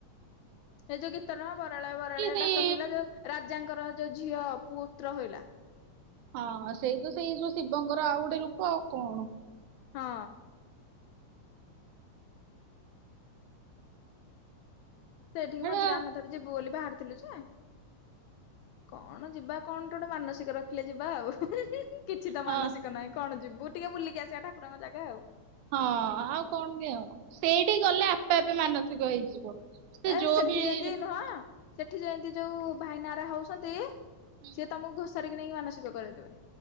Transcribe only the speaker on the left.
ଏ ଯୋଉ ଗୀତ ନହ ବରାଳ ବରାଳି
ଡାକ ଶୁଗଲା ଯୋଉ ରାଜାଙ୍କର ଯୋଉ ଝିଅ ପୁତ୍ର ହୋଇଲା।
ହଁ। ସେଇଠିକି
ମଝିରେ ଆମେ ଥର ଯିବୁ ବୋଲି ବାହାରିଥିଲୁ ଯେ କଣ ଯିବା କଣ ଗୋଟେ ମାନସିକ ରଖିଲେ ଯିବା ଆଉ। କିଛି ତ
ମାନସିକ ନାହିଁ କଣ ଯିବୁ ଟିକେ ବୁଲିକି ଆସିବା ଠାକୁରଙ୍କ ଜାଗା ଆଉ।
ଏ
ସେଠି
ଯେମତି
ନୁହଁ ସେଠି ଯେମତି ଯୋଉ ଭାଇନା ଅରା ହଉଛନ୍ତି ସିଏ
ତମକୁ ଘୋସାରିକି ନେଇକି ମାନସିକ କରାଇଦେବେ।